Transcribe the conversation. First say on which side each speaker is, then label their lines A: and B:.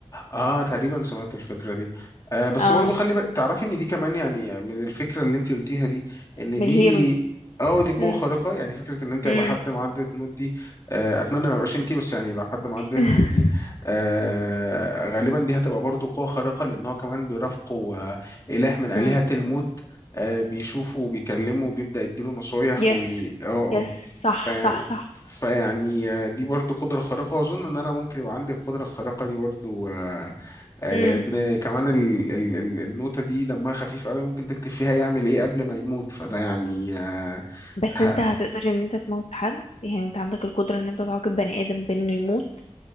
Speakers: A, on the left; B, on the left.
A: اه تقريبا سمعت الفكره دي آه بس
B: اه
A: برضو خلي بقى تعرفي ان دي كمان يعني من الفكره اللي انت قلتيها دي ان
B: من
A: دي
B: الهيروز
A: اه دي قوه
B: مم.
A: خارقه يعني فكره ان انت
B: مم.
A: يبقى حد معاه ديث نوت دي آه اتمنى ما يبقاش انت بس يعني لو حد معاه
B: <laughs>
A: ديث نوت دي آه غالبا دي هتبقى برضو قوه خارقه لان هو كمان بيرافقه آه اله من الهه
B: مم.
A: الموت آه بيشوفه وبيكلمه وبيبدا يديله نصايح
B: يس
A: و اه اه
B: يس صح
A: ف...
B: صح صح
A: فيعني آه، دي برضو قدرة خارقة وأظن إن أنا ممكن يبقى عندي القدرة الخارقة دي برضو آه، آه،
B: مم.
A: لان كمان ال ال ال النوتة دي دمها خفيف قوي ممكن تكتب فيها يعمل ايه قبل ما يموت فده يعني آه،
B: بس
A: ه-
B: انت هتقدر ان انت تموت حد يعني انت عندك القدرة ان انت تعاقب بني ادم بانه يموت